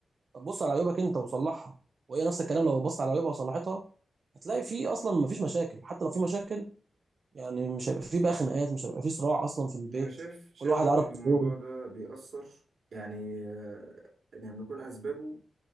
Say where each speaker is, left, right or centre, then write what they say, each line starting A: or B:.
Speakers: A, on the right; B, on the right.
A: طب بص على عيوبك انت وتصلحها وهي نفس الكلام لو بصت على عيوبها وصلحتها هتلاقي في اصلا مفيش مشاكل حتى لو في مشاكل يعني مش هيبقى في بقى خناقات مش هيبقى في صراع اصلا في البيت
B: انا شايف شايف
A: كل واحد
B: برضو
A: عارف
B: ان الموضوع
A: دوره
B: ده بيأثر يعني آه، يعني بيكون اسبابه